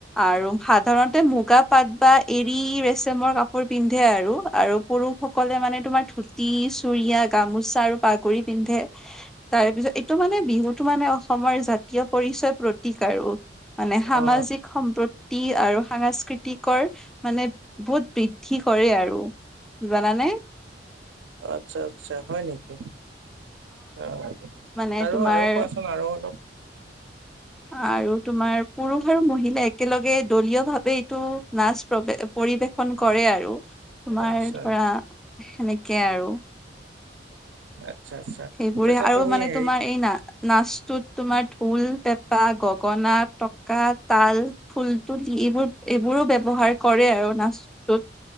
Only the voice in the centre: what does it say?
আৰু সাধাৰণতে মুগা পাট বা এৰি ৰেচমৰ কাপোৰ পিন্ধে আৰু আৰু- পুৰুষসকলে মানে তোমাৰ ধুতি চুৰিয়া গামোচা আৰু পাগৰি পিন্ধে- তাৰ পিছত এইটো মানে বিহুতটো মানে অসমৰ জাতীয় পৰিচয় প্ৰতীক আৰু। মানে সামাজিক
সম্পতি আৰু সাংস্কৃতিকৰ মানে বহুত বৃদ্ধি কৰে আৰু। জানানে?
মানে
তোমাৰ
আৰু তোমাৰ পুৰুষ আৰু মহিলা একেলগে দলীয় ভাৱে এইটো নাচ প্ৰব পৰিবেশন কৰে আৰু তোমাৰ
ধৰা সেনেকে আৰু।
সেইবোৰে
আৰু
মানে
তোমাৰ এই না নাচটোত তোমাৰ ঢোল পেঁপা গগনা টকা তাল ফুল তুলি এইবোৰ- এইবোৰো ব্যৱহাৰ কৰে আৰু নাচটোত,